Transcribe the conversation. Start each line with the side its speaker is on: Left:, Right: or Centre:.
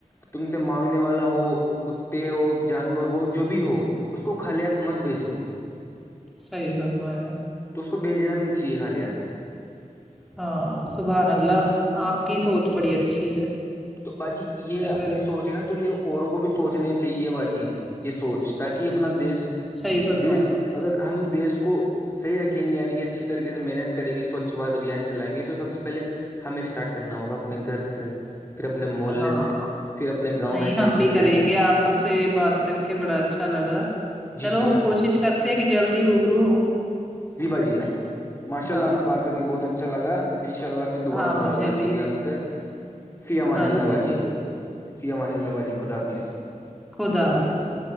Left: تم سے مانگنے والا ہو کتے ہو جانور ہو جو بھی ہو اس کو خالیات مت بھیجو
Centre: صحیح فرمایا
Left: تو اس کو بھیجنا بھی نہیں چاہیے خالی ہاتھ
Centre: ہاں سبحان اللہ آپ کی سوچ بڑی اچھی ہے
Left: تو باجی یہ
Centre: اگر
Left: اپنی سوچ ہے نا تو یہ اوروں کو بھی سوچنا چاہیے باجی یہ سوچ تاکہ اپنا دیش
Centre: صحیح فرمایا
Left: دیش اگر ہم دیش کو صیح رکھیں گے یعنی کہ اچھی طریق سے مینج کریں گے سوچواد اھبیان چلائیں گے تو سب سے پہلے ہمیں اسٹارٹ کرنا ہوگا اپنے گھر سے پھر اپنے محلے
Centre: ہاں
Left: سے پھر اپنے گاؤں
Centre: نہیں
Left: یا سٹی
Centre: ہم بھی
Left: سے
Centre: کریں گے آپ اس سے بات کر کے بڑا اچھا لگا
Left: جی
Centre: چلو
Left: جی باجی
Centre: کوشش کرتے ہیں کہ جلدی روبرو ہو
Left: جی با جی ماشاء
Centre: ہاں
Left: اللہ آپ سے بات کرکے بہت اچھا لگا ان شاء اللہ پھر دوبارہ
Centre: ہاں مجھے
Left: ملاقات
Centre: بھی
Left: ہوگی آپ سے فی امان
Centre: ہاں
Left: اللہ
Centre: جی
Left: باجی
Centre: ضرور
Left: فی امان اللہ باجی خدا حافظ
Centre: خدا حافظ